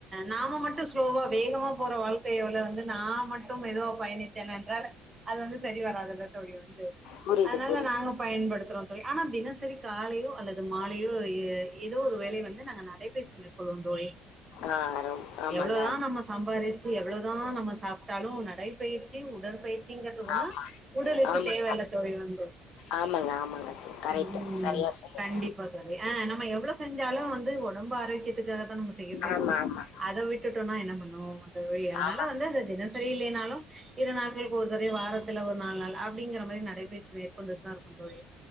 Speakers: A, on the right; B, on the left.
A: நாம மட்டு ஸ்லோவா வேகமா போற வாழ்க்கை யோல வந்து நா மட் டூ மெதுவா பயணித்தேன் என்றால் அது வந்து சரி வராது தோழி வந்து
B: புரியுது,
A: அதனால
B: புரியுது.
A: நாங்க பயன்படுத்றோ தோழி ஆனா தினசரி காலையோ அல்லது மாலையோ எதோ ஒரு வேலை வந்து நாங்க நடைபயிற்சி மேற்கொள்வோ தோழி
B: ஆ ரொம் ஆமாங்க,
A: எவ்ளோதா நம்ம சாம்பாரி எவ்ளோ தா நம்ம சாப்ட்டாலு நடைப்பயிற்சி உடற்பயிற்சிங்கிறது <unintelligible>
B: ஆமா,
A: உடலுக்கு
B: ஆமா,
A: தேவ இல்ல தோழி வந்து
B: ஆமாங்க, ஆமாங்க, ஆமாங்க தோழி. கரெக்ட்.
A: ம்
B: சரியா சொன்னீங்க.
A: கண்டிப்பா தோழி ஆ நம்ம எவ்ளோ செஞ்சாலு வந்து ஒடம்பு ஆரோக்கியத் துக்காக தா நம்ம செய்யறதே
B: ஆமா,
A: தோழி
B: ஆமா,
A: அத விட்டுட்டோனா என்ன பண்ணுவோ <unintelligible> அதனால
B: ஆமா,
A: வந்து அத தின செய்லை னாலு இரு நாட்களுக்கு ஒருத்தர வாரத்துல ஒரு நாலு நாள் அப்டிங்கற மாரி நடை ச்சி மேற்கொண்டுட்டு தாருக்கோ தோழி